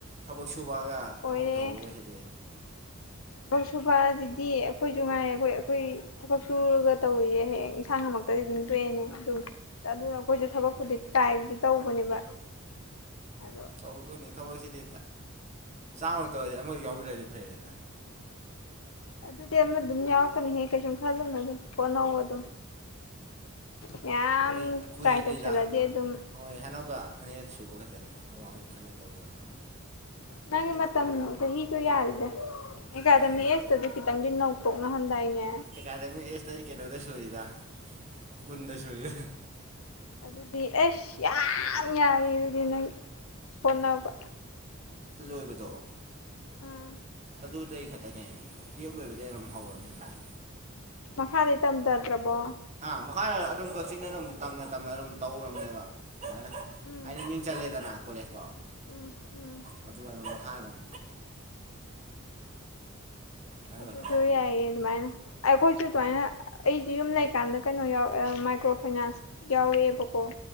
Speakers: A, on the right (about 35°); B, on the left (about 85°).
A: ꯊꯕꯛ ꯁꯨꯕꯑꯒ
B: ꯑꯣꯏꯔꯦ
A: ꯊꯕꯛ ꯇꯧꯍꯧꯕꯒꯁꯤꯗꯤ
B: ꯊꯕꯛ ꯁꯨꯕ ꯑꯗꯨꯗꯤ ꯑꯩꯈꯣꯏꯁꯨꯅꯨꯡ ꯉꯥꯏꯔꯦ ꯑꯩꯈꯣꯏ ꯑꯩꯈꯣꯏ ꯊꯕꯛ ꯁꯨꯔꯒ ꯇꯧꯔꯤꯁꯦ ꯍꯌꯦꯡ ꯏꯁꯥ ꯉꯃꯛꯇꯗꯤ ꯑꯗꯨꯝ ꯇꯑꯅꯦ ꯑꯗꯨꯝ ꯑꯗꯨꯅ ꯑꯩꯈꯣꯏꯁꯨ ꯊꯕꯛꯄꯨꯗꯤ ꯇꯥꯏ ꯇꯧꯕꯅꯦꯕ ꯑꯗꯣ
A: ꯇꯧꯗꯣꯏꯅꯦ ꯊꯕꯛꯁꯤꯗꯤ ꯆꯥꯝꯃ ꯇꯧꯔꯗꯤ ꯑꯃꯐꯛ ꯌꯥꯎꯕꯤꯔꯛꯑꯗꯤ ꯐꯩꯗꯅ
B: ꯑꯗꯨꯗꯤ ꯑꯃ ꯑꯗꯨꯝ ꯌꯥꯎꯔꯛꯀꯅꯤꯍꯦ ꯀꯩꯁꯨꯝ ꯈꯜꯂꯨꯅ ꯑꯗꯨꯝ ꯍꯣꯟꯅꯧꯑꯣ ꯑꯗꯨꯝ ꯌꯥꯝ
A: ꯍꯣꯏ ꯀꯨꯏꯗ꯭ꯔꯤꯗ
B: ꯇ꯭ꯔꯥꯏ ꯇꯧꯁꯜꯂꯗꯤ ꯑꯗꯨꯝ
A: ꯍꯣꯏ ꯍꯟꯗꯛꯀ ꯑꯅꯤꯔꯛ ꯁꯨꯕ ꯈꯛꯇꯅꯤꯗ ꯃꯃꯥꯡꯒꯤ ꯈꯜꯂꯛꯇꯕꯗꯣ ꯍꯥꯏꯛꯇꯦ
B: ꯅꯪꯒꯤ ꯃꯇꯝ ꯆꯍꯤꯗꯣ ꯌꯥꯔꯤꯗꯦ ꯑꯦꯀꯥꯗꯃꯤ
A: ꯌꯥꯔꯦ
B: ꯑꯦꯁꯇꯁꯨ ꯈꯤꯇꯪꯗꯤ ꯅꯧꯊꯣꯛꯅꯍꯟꯗꯥꯏꯅꯦ
A: ꯑꯦꯥꯗ ꯃꯤ ꯑꯦꯁ ꯇꯔꯤ ꯀꯂꯗ ꯁꯔꯤꯗꯥ ꯀꯨꯟꯗ ꯁꯔꯤꯗꯥ
B: ꯑꯗꯨꯗꯤ ꯑꯩꯁ ꯌꯥꯝ ꯌꯥꯏ ꯑꯗꯨꯗꯤ ꯅꯪ ꯁꯣꯠꯅꯕ
A: ꯂꯣꯏꯕꯗ
B: ꯎꯝ
A: ꯑꯗꯨꯗꯩ ꯈꯛꯇꯅꯦ ꯀꯦꯞ ꯂꯣꯏꯕꯗꯒꯤꯩ ꯑꯗꯨꯝ ꯍꯧꯔꯕꯝꯅꯤ ꯇꯥꯏ
B: ꯃꯈꯥꯗꯤ b ꯇꯝꯊꯗ꯭ꯔꯕꯣ
A: ꯃꯈꯥ ꯑꯗꯨꯝ ꯀꯛꯆꯤꯡꯅ ꯑꯗꯨꯝ ꯇꯝꯅ ꯇꯝꯅ ꯑꯗꯨꯝ ꯇꯧꯔꯔꯕꯅꯦꯕ ꯁꯨꯃꯥꯏꯅ
B: ꯎꯝ
A: ꯍꯥꯏꯗꯤ ꯃꯤꯡ ꯆꯜꯂꯦꯗꯅ ꯀꯣꯂꯦꯖꯇꯣ
B: ꯎꯝ ꯎꯝ
A: ꯑꯗꯨꯒ ꯑꯩꯅ ꯃꯈꯥ ꯑꯗꯨꯝ ꯑꯗꯨꯒ
B: ꯑꯗꯨꯁꯨ
A: ꯑꯗꯨꯝ
B: ꯌꯥꯏꯌꯦ ꯑꯗꯨꯃꯥꯏꯅ ꯑꯩꯈꯣꯏꯁꯨ ꯑꯗꯨꯃꯥꯏꯅ ꯑꯩꯁꯨ ꯌꯨꯝ ꯂꯩꯀꯥꯟꯗ ꯀꯩꯅꯣ ꯌꯥꯎ ꯃꯥꯏꯀ꯭ꯔꯣ ꯐꯥꯏꯅꯥꯟꯁ ꯌꯥꯎꯔꯛꯑꯦꯕꯀꯣ